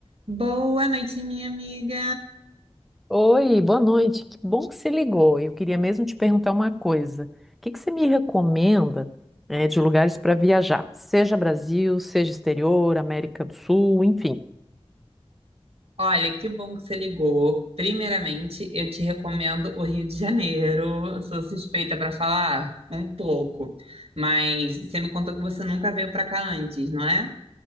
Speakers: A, on the right (about 70°); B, in the centre.
A: Boa noite, minha amiga.
B: Oi, boa noite. Que bom que você ligou. Eu queria mesmo te perguntar uma coisa. O que que você me recomenda, eh, de lugares para viajar? Seja Brasil, seja exterior, América do Sul, enfim.
A: Olha, que bom que você ligou. Primeiramente, eu te recomendo o Rio de Janeiro. Sou suspeita para falar um pouco, mas você me contou que você nunca veio para cá antes, não é?